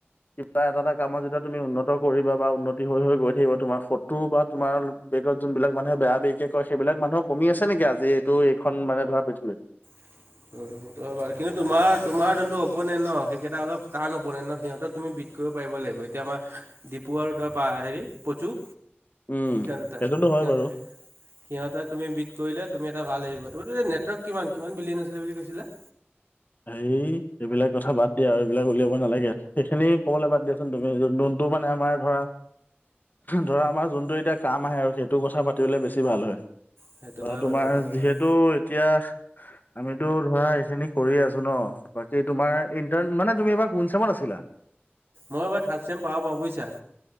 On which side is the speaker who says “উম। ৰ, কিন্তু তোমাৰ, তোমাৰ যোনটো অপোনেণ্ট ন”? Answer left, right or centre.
Right